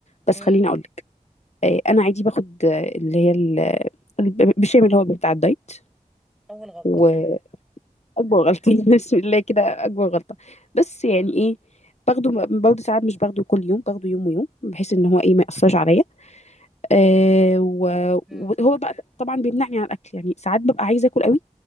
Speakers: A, on the left (about 55°); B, in the centre.
A: بس
B: امم
A: خليني اقول آه، انا عادي باخد آه، اللي هي ال- ال- بالشام اللي هو بتاع الدايت
B: اول غلطة
A: واكبر غلطه <laughs> بسم الله كده اكبر غلطه بس يعني ايه باخده برضه ساعات مش باخده كل يوم باخده يوم ويوم بحيث ان هو ايه ما ياثرش عليا آه و-
B: <laughs>
A: وهو بقى طبعا بيمنعني عن الاكل يعني ساعات ببقى عايزه اكل قوي